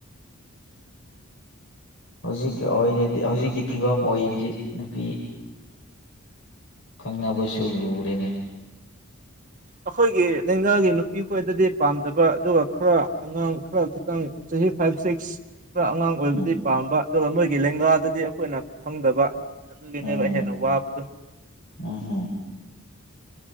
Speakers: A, on the left; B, on the right.
A: ꯎ ꯍꯧꯖꯤꯛꯀꯤ ꯑꯣꯏꯅꯗꯤ ꯍꯧꯖꯤꯛꯀꯤ ꯐꯤꯕꯝ ꯑꯣꯏꯅꯗꯤ ꯅꯨꯄꯤ ꯈꯪꯅꯕꯁꯨ ꯂꯔꯤꯦꯅꯤ
B: ꯑꯩꯈꯣꯏꯒꯤ ꯂꯒꯥꯒꯤ ꯅꯨ ꯄꯤ ꯈꯣꯏꯗꯗꯤ ꯄꯥꯝꯗꯕ ꯑꯗꯨꯒ ꯈꯔ ꯑꯉꯥꯡ ꯈꯔ ꯈꯤꯇꯪ ꯆꯍꯤ ꯐꯥꯏꯚ ꯁꯤꯛꯁ ꯈ ꯑꯉꯥꯡ ꯑꯣꯏꯕꯗꯤ
A: ꯎꯝ
B: ꯄꯥꯝꯕ ꯑꯗꯨꯒ ꯃꯣꯏꯒꯤ ꯂꯦꯡꯒꯥꯗꯗꯤ ꯑꯩꯈꯣꯏꯅ ꯈꯪꯗꯕ ꯑꯗꯨꯒꯤꯅꯦꯕ
A: ꯎꯝ
B: ꯍꯦꯟꯅ ꯋꯥꯕꯗꯣ
A: ꯎꯝꯍꯨꯝ